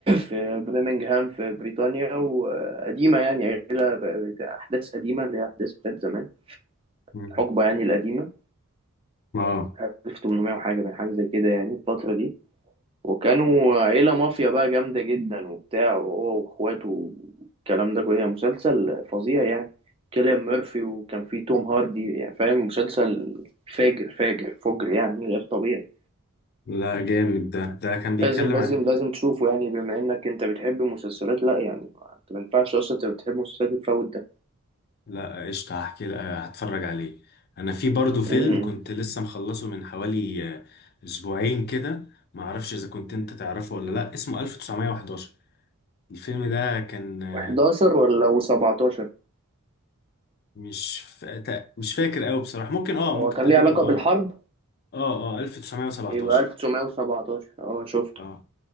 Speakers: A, on the right; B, on the left.
A: في برمنغهام في بريطانيا وقديمة يعني عيلة ب- أحداث قديمة اللي هي أحداث بتاعت زمان
B: أمم.
A: الحقبة يعني القديمة
B: اه
A: 1800 وحاجة بين حاجة زي كده يعني الفترة دي وكانوا عيلة مافيا بقى جامدة جدا وبتاع وهو وإخواته والكلام ده كله مسلسل فظيع يعني كيليان ميرفي وكان فيه توم هاردي يعني فاهم مسلسل فاجر فاجر فجر يعني غير طبيعي
B: لا جامد ده ده كان بيتكلم
A: لازم لازم
B: عن
A: لازم تشوفه يعني بما انك انت بتحب المسلسلات لا يعني ما- انت ما ينفعش اصلا انت بتحب المسلسلات وتفوت ده
B: لا قشطة هحكي لك- هتفرج عليه انا في برضو فيلم
A: امم
B: كنت لسه مخلصه من حوالي آه، اسبوعين كده معرفش اذا كنت انت تعرفه ولا لا اسمه 1911 الفيلم ده كان آه،
A: 11 ولا و17
B: مش فا... تا- مش فاكر قوي بصراحة ممكن اه
A: هو
B: ممكن
A: كان
B: تقريبا
A: ليه علاقة
B: اه
A: بالحرب
B: اه اه 1917
A: يبقى 1917 اه شفته
B: اه